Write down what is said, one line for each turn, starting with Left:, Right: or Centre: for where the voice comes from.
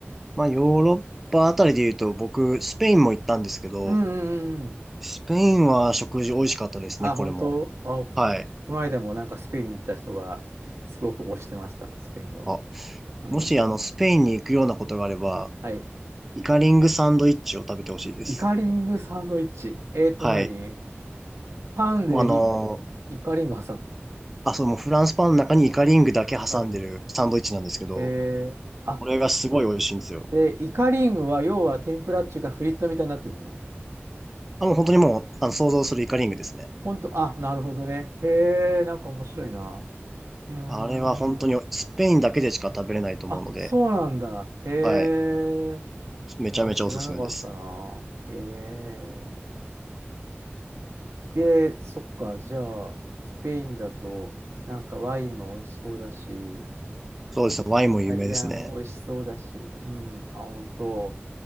Centre: まあ、ヨーロッパあたりで言うと、僕、スペインも行ったんですけど、
Right: うんうんうんうん。
Centre: スペインは食事美味しかったですね、
Right: あ、
Centre: これも。
Right: 本当あ、こ
Centre: はい。
Right: の間もなんかスペインに行った人が、すごく推してました、スペインを。
Centre: あ、
Right: うん。
Centre: もし、あの、スペインに行くようなことがあれば、
Right: はい。
Centre: イカリングサンドイッチを食べてほしいです。
Right: イカリングサンドイッチ。えーと何、
Centre: はい。
Right: パンでひ
Centre: もうあの
Right: イカリング挟む。
Centre: ーあ、そう、もうフランスパンの中にイカリングだけ挟んでるサンドイッチなんですけど、
Right: イカリング。えー、あ、
Centre: これがすごい美味しいんですよ。
Right: で、イカリングは要は天ぷらっていうかフリットみたいになってるの
Centre: あ、もう本当にもう、あの、想像するイカリングですね。
Right: ほんと、あ、なるほどね。へえ、なんか面白いな。うーん。
Centre: あれは本当にスペインだけでしか食べれないと思うので、
Right: あ、そうなんだ。へえ。
Centre: はい。めちゃめちゃおすすめです。
Right: あ、知らなかったな。へえ。で、そっか、じゃあ、スペインだと、なんかワインも美味しそうだし、イ
Centre: そうですね。ワインも有名ですね。
Right: タリアンも美味しそうだし、うん、あ、ほんと、